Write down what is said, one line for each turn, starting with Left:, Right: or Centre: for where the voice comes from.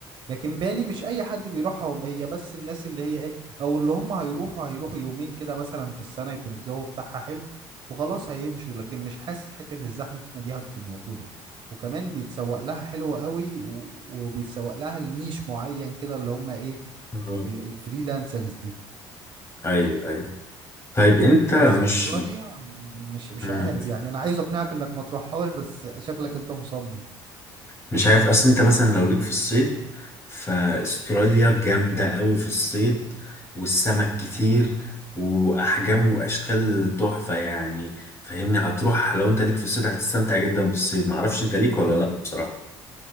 Right: لكن بالي مش اي حد بيروحهم هي بس الناس اللي هي ايه او اللي هم هيروحوا هيروحوا يومين كده مثلا في السنة يكون الجو بتاعها حلو وخلاص هيمشوا لكن مش حاسس حتة الزحمة دي هتكون موجودة وكمان بيتسوق لها حلوة قوي و- وبيتسوق لها لنيش معين كده اللي هم ايه
Left: آه.
Right: ال- الفريلانسرز دي
Left: ايوه ايوه طيب انت مش
Right: بس استراليا مش مش
Left: مم.
Right: عارف يعني انا عايز اقنعك انك ما تروحهاش بس شكلك انت مصمم
Left: مش عارف اصل انت مثلا لو ليك في الصيد فاستراليا جامدة قوي في الصيد والسمك كتير واحجام واشكال تحفة يعني فاهمني هتروح لو انت ليك في الصيد هتستمتع جدا بالصيد معرفش انت ليك ولا لا بصراحة